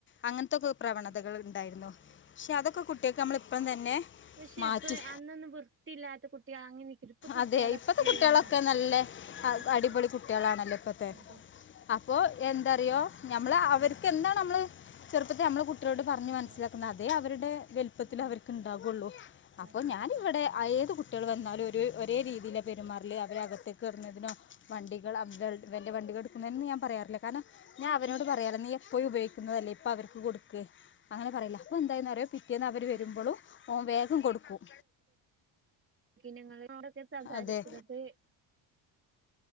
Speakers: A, on the left (about 25°); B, on the right (about 25°).
A: അങ്ങനത്തെക്കെ പ്രവണതകൾ
B: ആഹ്
A: ഉണ്ടായിരുന്നു
B: അതെ
A: പക്ഷെ അതൊക്കെ കുട്ടികൾക്ക്
B: അതെ
A: നമ്മൾ ഇപ്പൾ തന്നെ
B: പക്ഷെ
A: മാറ്റി
B: ഇപ്പ അന്നൊന്നും വൃത്തിയില്ലാത്ത കുട്ടികൾ അങ്ങിനിക്കരുന്നു ഇപ്പൊ കുട്ടികളൊക്കെ
A: അതെ ഇപ്പോഴത്തെ
B: ക്ലീനാണ്
A: കുട്ടികളൊക്കെ നല്ല
B: ആഹ്
A: അടിപൊളി
B: അതെ
A: കുട്ടികളാണല്ലോ ഇപ്പത്തെ
B: അതെ
A: അപ്പൊ എന്തറിയോ നമ്മള് അവർക്ക്
B: ഉം
A: എന്താ നമ്മള് ചെറുപ്പത്തെ നമ്മള് കുട്ടികളോട് പറഞ്ഞ്
B: അതെ
A: മനസ്സിലാക്കുന്ന അതേ അവരുടെ വലുപ്പത്തിൽ
B: ഉം
A: അവർക്ക്ണ്ടാകുള്ളൂ അപ്പോ
B: അതെ
A: ഞാൻ ഇവിടെ ഏത് കുട്ടികൾ വന്നാലും ഒരു ഒരേ രീതിയിൽ പെരുമാറൽ അവരകത്തേക്ക് കയറുന്നതിനോ വണ്ടികൾ അവകൾ ഇവന്റെ വണ്ടികൾ എടുക്കുന്നനോ ഒന്നും ഞാൻ പറയാറില്ല കാരണം ഞാൻ അവനോട് പറയല് നീ എപ്പഴും ഉപയോഗിക്കുന്നതല്ലേ ഇപ്പ അവർക്ക് കൊടുക്ക് അങ്ങനെ പറയല അപ്പൊ എന്തായന്ന് പറോ പിറ്റേന്ന് അവർ
B: അതെ
A: വരുമ്പളും ഓൻ വേഗം കൊടുക്കും
B: പിന്നെ ങ്ങളോടൊക്കെ സംസാരിക്കുന്നത്
A: അതെ